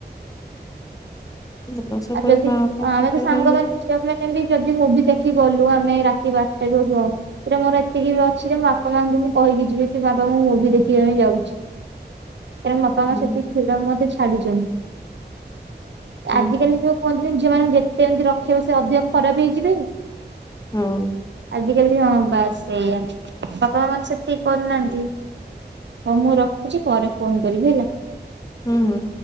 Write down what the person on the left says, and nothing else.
ଭଲ ସବୁବେଳେ
ମା ବାପା
ଏତେ ଫ୍ରିଡମ
ଦେଇଛନ୍ତି।
<inaudible>
ହୁଁ
ହୁଁ
ହଁ!
ହୁଁ ହୁଁ!